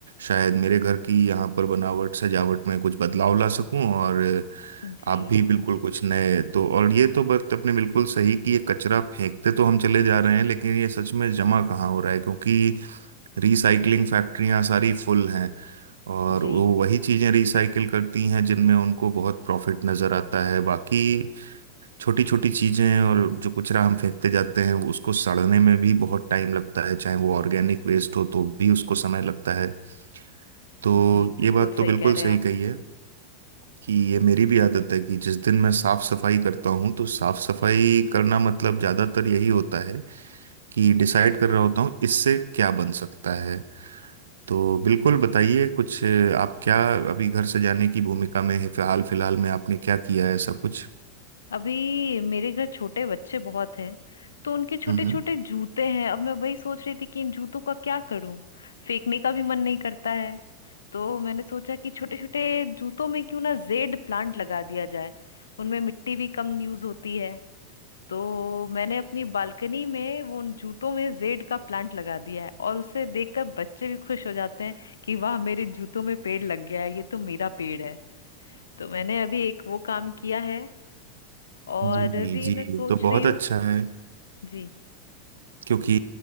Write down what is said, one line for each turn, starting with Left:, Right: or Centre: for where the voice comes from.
Right: शायद मेरे घर की यहाँ पर बनावट सजावट में कुछ बदलाव ला सकूँ और
Left: जी
Right: आप भी बिल्कुल कुछ नए तो और ये तो बात अपने बिल्कुल सही कि ये कचरा फेंकते तो हम चले जा रहे हैं लेकिन ये सच में जमा कहाँ हो रहा है क्योंकि रिसाइकलिंग फैक्ट्रियां सारी फुल हैं और
Left: जी
Right: वो वही चीजें रिसाइकिल करती हैं जिनमें उनको बहुत प्रॉफिट नजर आता है बाकी छोटी छोटी चीजें और जो कचरा हम फेंकते जाते हैं उसको सड़ने में भी बहुत टाइम लगता है चाहे वो ऑर्गेनिक वेस्ट हो तो भी उसको समय लगता है तो
Left: जी बिल्कुल
Right: ये बात तो
Left: सही
Right: बिल्कुल
Left: कह रहे हैं
Right: सही
Left: आप
Right: कही है कि ये मेरी भी आदत है कि जिस दिन मैं साफ सफाई करता हूँ तो साफ सफाई करना मतलब ज्यादातर यही होता है कि डिसाइड कर रहा होता हूँ इससे क्या बन सकता है तो बिल्कुल बताइए कुछ अ, आप क्या अभी घर से जाने की भूमिका में है, हाल फिलहाल में आपने क्या किया है ऐसा कुछ
Left: अभी मेरे घर छोटे बच्चे बहुत हैं तो उनके छोटे
Right: हम्म
Left: छोटे जूते हैं अब मैं वही सोच रही थी कि इन जूतों का क्या करूं फेंकने का भी मन नहीं करता है तो मैंने सोचा कि छोटे छोटे जूतों में क्यों ना जेड प्लांट लगा दिया जाए उनमें मिट्टी भी कम यूज होती है तो मैंने अपनी बालकनी में वो उन जूतों में जेड का प्लांट लगा दिया है और उसे देखकर बच्चे भी खुश हो जाते हैं कि वाह मेरे जूतों में पेड़ लग गया है ये तो मेरा पेड़ है तो मैंने अभी एक वो काम किया है और
Right: जी
Left: भी
Right: जी
Left: मैं
Right: ये
Left: सोच
Right: तो बहुत
Left: रही हूँ
Right: अच्छा है
Left: जी
Right: क्योंकि